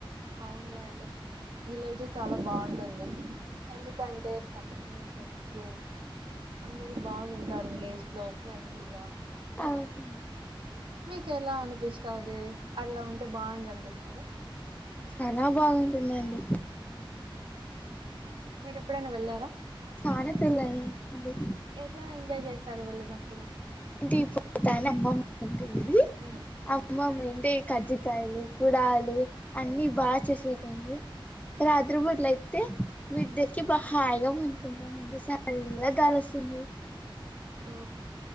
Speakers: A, on the right; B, on the left.
A: హౌన్లేండి విలేజ్ చాలా బాగుంటుంది. ఎందుకంటే పచ్చని చెట్లు, అందరు బాగుంటారు విలేజ్ లో ఫ్రెండ్లీగా కదా?
B: అవును
A: మీకు ఎలా అనిపిస్తది? అలా ఉంటే బాగుంది అనిపిస్తద.
B: చాన బాగుంటుందండి
A: మీరేప్పుడైనా వెళ్ళారా?
B: చాన తుర్లు వెళ్లి <unintelligible> డి
A: ఎట్లా ఎంజాయ్ చేస్తరు వెళ్ళినప్
B: ఇంటికి పోతానే అమ్మమ్మ <unintelligible> ది.
A: ఉమ్,
B: అమ్మమ్మ ఏంటే కజ్జికాయలు, కుడాలు అన్ని బాగా చేసి పెడుతుంది. రాత్రిపూట్ల అయితే మిద్దెక్కి బా హాయిగా పనుకుంటామండి సల్లగ్గాలొస్తుంది.
A: ఓ